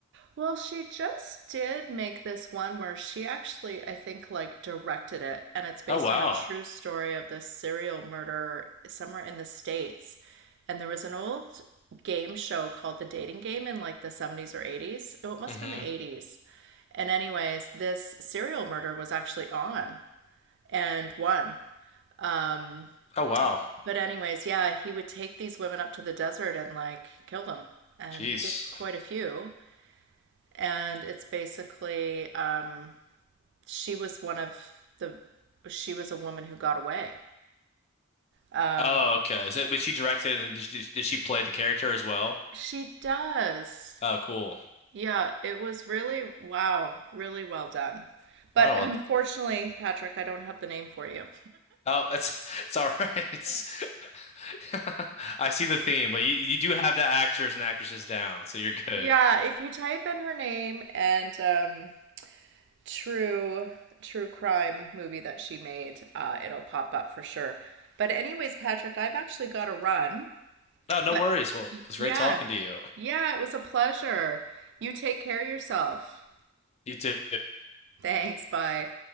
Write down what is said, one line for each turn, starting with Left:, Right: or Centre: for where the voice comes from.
Right: Well, she just did make this one where she actually, I think, like directed it, and it's based
Left: Oh wow.
Right: on a true story of this serial murder somewhere in the States. And there was an old game show called The Dating Game in like the 70s or 80s. Oh, it must
Left: hmm
Right: have been the 80s. And anyways, this serial murder was actually on and won. Um,
Left: Oh wow.
Right: but anyways, yeah, he would take these women up to the desert and like kill them. And
Left: Jeez.
Right: he did quite a few. and it's basically um, she was one of the she was a woman who got away. Um,
Left: Oh okay. Is it? But she directed and did she, did she play the character as well?
Right: she does.
Left: Oh cool.
Right: Yeah, it was really wow, really well done. But
Left: All right. Well.
Right: unfortunately, Patrick, I don't have the name for you.
Left: Oh, <laughs> it's it's all right. <laughs> It's, <laughs> I see the theme, but you you do have the actors and actresses down, so you're good.
Right: Yeah, if you type in her name and um, true true crime movie that she made, uh, it'll pop up for sure. But anyways, Patrick, I've actually got to run.
Left: No, no
Right: But
Left: worries. Well,
Right: y-
Left: it was
Right: yeah,
Left: great talking to you.
Right: yeah, it was a pleasure. You take care of yourself.
Left: You too.
Right: Thanks. Bye.